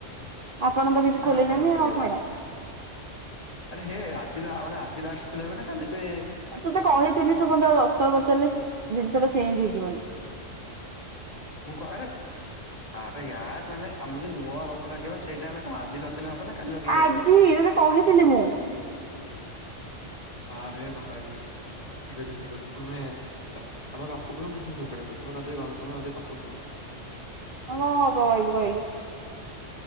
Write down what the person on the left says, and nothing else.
ନା
ନା ଆପଣ ଖୋଲିବେ
ଆରେ ହେ ଆଜିି ଲା ମାନେ ଆଜି ଲାଷ୍ଟ ଖୋଲାହେବେ ନା? ତାହେଲେ ଏବେ
ମୁଁ କ ଆରେ, ଆରେ ୟାର ମାନେ ଆମେ ଯୋଉ ନୂଆ ଗଛ ଲଗେଇବା ସେଇଟା ଆମେ ଆଜି ଲଗେଇଲେ ହବ ନା କାଲି ଲଗେଇ ପାରିବା?
ଆରେ ଭାଇ, ଆରେ ଠିକ୍ ଅଛି, ଠିକ୍ ଅଛି ତମେ ତମେ ଗପ କୁହ ମୁଁ କିଛି ଯୋଗାଡ କରୁଚି, ତମେ ଜଲଦି ଗପ କୁହ।